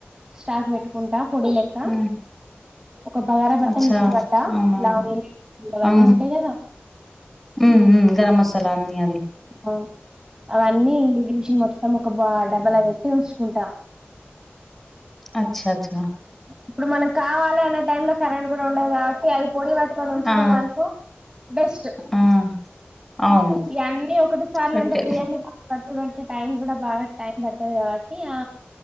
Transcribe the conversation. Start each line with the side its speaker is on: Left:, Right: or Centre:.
Right: స్టాక్ పెట్టుకుంటా పొడి లెక్క
Centre: హ్మ్
Right: ఒక బగారాపత్త
Centre: అచ్చా
Right: మిక్సీ వట్ట
Centre: అవునా
Right: లా అవన్నీ
Centre: ఆహా
Right: ఉంటాయి కదా
Centre: హ్మ్ గరం మసాలా అన్నీ అది
Right: ఆ అవన్నీ ఇంగ్రేదియన్స్ మొత్తం ఒక బా డబ్బల పెట్టి ఉంచుకుంటా
Centre: అచ్చ అచ్చ
Right: ఇప్పుడు మనం కావాలి అనే టైం ల కరెంట్ కూడా ఉండదు కాబట్టి అయి పోడి వట్టుకోని ఉంచుకున్నా
Centre: ఆ
Right: అనుకో బెస్ట్
Centre: ఆ అవును
Right: ఇయన్నీ ఒకటి సార్లు
Centre: కరెక్టే
Right: అంటే బిర్యానీ అప్పుడు పట్టుడంటే టైమ్ కూడా బాగా టైం పడుతది కాబట్టి ఆ